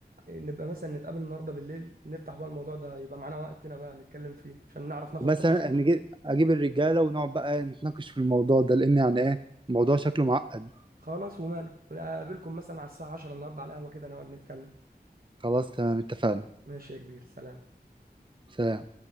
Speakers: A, on the right; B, on the right.
A: نبقى مثلا نتقابل النهاردة بالليل نفتح بقى الموضوع ده يبقى معانا وقتنا بقى نتكلم فيه عشان نعرف ناخد
B: ومثلا
A: قرار
B: نجي- اجيب الرجاله ونقعد بقى نتناقش في الموضوع ده لان يعني ايه الموضوع شكله معقد
A: خلاص وماله أقابلكم مثلا على الساعة 10 النهاردة على القهوة كده نقعد نتكلم
B: خلاص تمام اتفقنا
A: ماشي يا كبير سلام
B: سلام